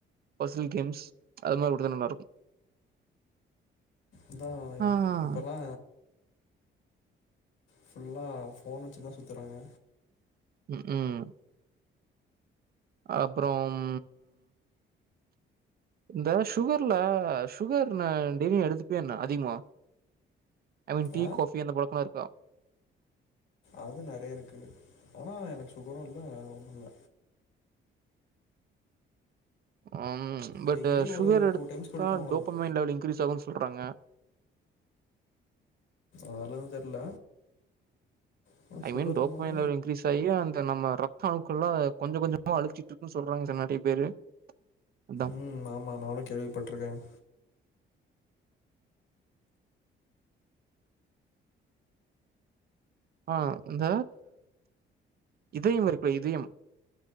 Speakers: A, on the right; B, on the left.
A: பஸில் கேம்ஸ் அது மாரி உடுத்தடுத்தா நல்லா இருக்கு
B: இதா
A: ஆ
B: இப்பெல்லா ஃபுல்லா ஃபோன் வச்சிதான் சுத்தறாங்க
A: ம் ம் அப்புறம் இந்த சுகர்ல சுகர் நான் டெய்லியும் எடுத்துப்பியா என்ன அதிகமா ஐ மீன் டீ
B: ஆ
A: காபி அந்த பழக்கம்லா இருக்கா
B: அது நறையா இருக்கு ஆனா எனக்கு சுகரும் இல்ல ஒண்ணும் இல்ல
A: ஆஹ அம் பட்
B: டெய்லி
A: சுகர்
B: ஒரு
A: எடுத்தா
B: டைம்ஸ் குடிப்பேன் அவ்ளோதான்.
A: டோப்பமைன் லெவல் இன்க்ரீஸ் ஆகும் சொல்றாங்க
B: அதலாம் தெர்ல ஆனா
A: ஐ
B: சுகர்னால
A: மீன் டோப்மைன் லெவல் இன்க்ரீஸ் ஆயி அந்த நம்ம ரத் த அணுக்கள்லாம் கொஞ்ச கொஞ்சமா அழைச்சிட்டு இருக்குன்னு சொல்றாங்க சார் நறையா பேரு அதான்.
B: ம் ஆமா நானும் கேள்விப்பட்டுருக்கேன்
A: ஆ இந்த இதயம் இருக்குல்ல இதயம்